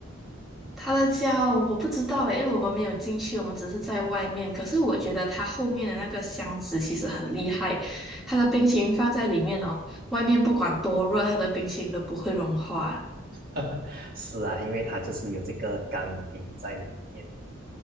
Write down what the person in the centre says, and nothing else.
他的家哦我不知道诶，因为我们没有进去，我们只是在外面。可是我觉得他后面的那个箱子其实很厉害，他的冰淇淋放在里面哦，外面不管多热，他的冰淇淋都不会融化。